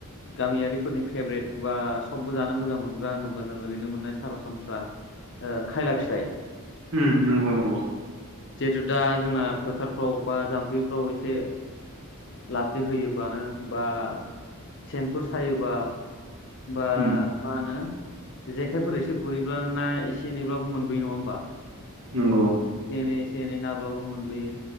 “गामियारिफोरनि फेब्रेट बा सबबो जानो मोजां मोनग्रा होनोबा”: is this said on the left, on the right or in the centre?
Left